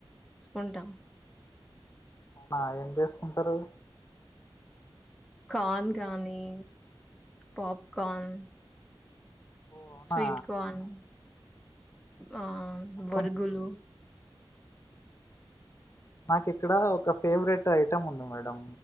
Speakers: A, in the centre; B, on the left (about 30°).
A: ఉంటా
B: అవునా ఏం చేసుకుంటారు
A: కాన్ కగాని పాప్ కార్న్
B: ఓ అవునా
A: స్వీట్ కార్న్ ఆ
B: మొత్తం
A: బొరుగులు
B: నాకు ఇక్కడ ఒక ఫేవరెట్ ఐటమ్ ఉంది మేడం